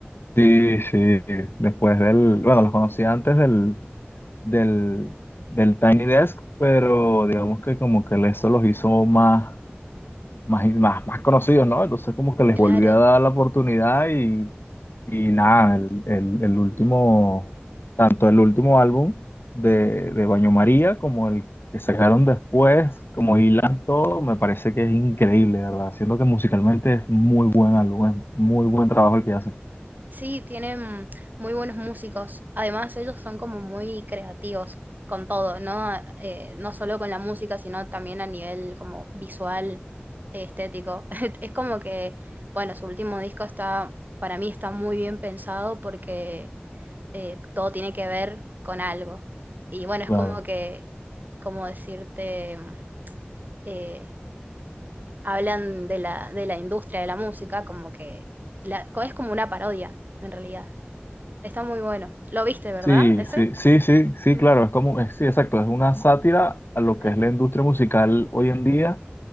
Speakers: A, on the left; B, on the right.
A: sí, sí. Después del, bueno, los conocí antes del, del, del Tiny Desk, pero digamos que como que eso los hizo más, más, y más, más conocidos, ¿no? Entonces como que les
B: Claro.
A: volví a dar la oportunidad y, y nada, el, el, el último, tanto el último álbum de, de Baño María como el que sacaron después, como hilan todo, me parece que es increíble, ¿verdad? Siendo que musicalmente es muy buen álbum, es muy buen trabajo el que hacen,
B: Sí, tienen muy buenos músicos. Además, ellos son como muy creativos con todo, ¿no? Eh, no solo con la música, sino también a nivel como visual, estético. <laughs> Es como que, bueno, su último disco está, para mí está muy bien pensado porque eh, todo tiene que ver con algo. Y bueno, es
A: claro.
B: como que, como decirte, eh, hablan de la, de la industria de la música, como que la, es como una parodia, en realidad. Está muy bueno. ¿Lo viste, verdad?
A: Sí,
B: ¿Ese?
A: sí, sí, sí, sí,
B: Ujú.
A: claro, es como, es- sí, exacto, es una sátira a lo
B: Claro.
A: que es la industria musical hoy en día,